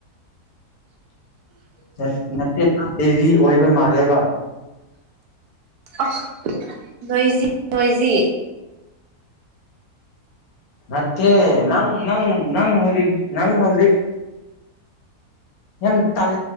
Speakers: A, on the left; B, on the right.
A: ꯅꯠ ꯅꯠꯇꯦ ꯅꯪ ꯕꯤꯖꯤ ꯑꯣꯏꯕ ꯃꯥꯜꯂꯦꯕ꯫
B: ꯑ ꯅꯣꯏꯖꯤ ꯅꯣꯏꯖꯤ꯫
A: ꯅꯠꯇꯦ ꯅꯪ ꯅꯪ ꯅꯪ ꯍꯧꯖꯤꯛ ꯅꯪ ꯍꯧꯖꯤꯛ ꯌꯥꯝ ꯇꯟ